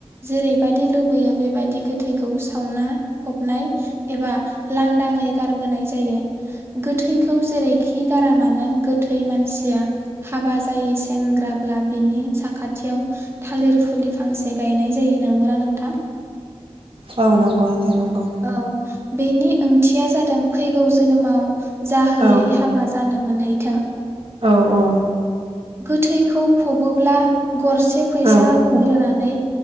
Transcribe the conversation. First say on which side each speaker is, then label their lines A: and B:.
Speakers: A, on the right (about 25°); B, on the right (about 55°).
A: जेरैबायदि लुबैयो बेबायदि गोथैखौ सावनाय फबनाय एबा लांदाङै गारबोनाय जायो। गोथैखौ जेरैखि खि गारामानो गोथै मानसिया हाबा जायै सेंग्राब्ला बिनि साखाथियाव थालिर फुलि फांसे गायनाय जायो नंगौना नोंथां?
B: औ नंगौ नोंथां नांगौ।
A: औ बेनि ओंथिया जादों फैगौ जोनोमाव जाहोयै
B: औ
A: हाबा जानोम मोन हैथों
B: औ औ
A: गोथैखौ फबोब्ला गरसे फैसा
B: औ
A: होग्रोनानै